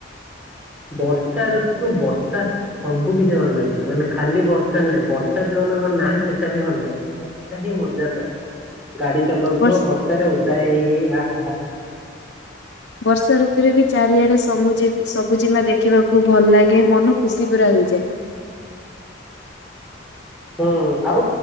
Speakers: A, in the centre; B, on the left.
A: ବର୍ଷା ଋତୁ ବର୍ଷା। ସବୁ କିଛି ଭଲ ଲାଗେ, ମାନେ ଖାଲି ବର୍ଷା ନାହିଁ ବର୍ଷା ଯୋଉମାନଙ୍କର ନା ସେଟା ବି ଭଲ ଲାଗେ। ବର୍ଷା ହିଁ ମଜା ତ ଗାଡି ଚଲାଉଥିବ
B: ବର୍ଷ
A: ବର୍ଷାରେ ଓଦା ହେଇ ହେଇ ଆ ହା ଆ।
B: ବର୍ଷା ଋତୁରେ ବି ଚାରିଆଡେ ସୁମୁଜି ସବୁଜିମା ଦେଖିବାକୁ ଭଲ ଲାଗେ ମନ ଖୁସି ପୁରା ହୋଇଯାଏ।
A: ହୁଁ ଆଉ